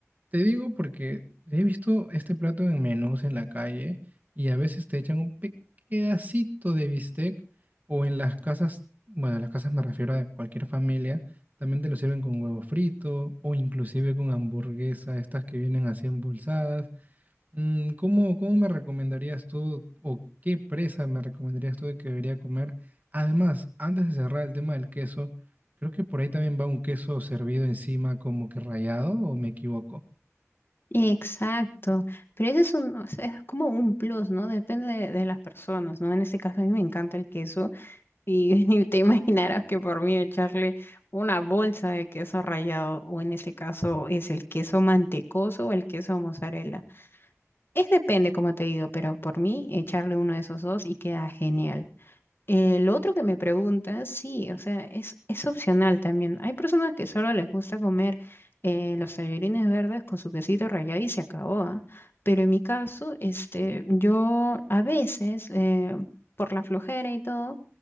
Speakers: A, on the right; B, on the left.
A: Te digo porque he visto este plato en menús en la calle y a veces te echan un pedacito de bistec o en las casas, bueno, en las casas me refiero a cualquier familia, también te lo sirven con huevo frito o inclusive con hamburguesa, estas que vienen así embolsadas. Mm, ¿Cómo, cómo me recomendarías tú o qué presa me recomendarías tú de que debería comer? Además, antes de cerrar el tema del queso, creo que por ahí también va un queso servido encima como que rallado o me equivoco.
B: Exacto, pero ese es un, o sea, es como un plus, ¿no? Depende de, de las personas, ¿no? En este caso a mí me encanta el queso y, <laughs> y te imaginarás que por mí echarle una bolsa de queso rallado o en este caso es el queso mantecoso o el queso mozzarella. Es depende, como te digo, pero por mí echarle uno de esos dos y queda genial. El otro que me pregunta, sí, o sea, es, es opcional también. Hay personas que solo les gusta comer eh, los tallarines verdes con su quesito rallado y se acabó, ¿ah? Pero en mi caso, este, yo a veces, eh, por la flojera y todo,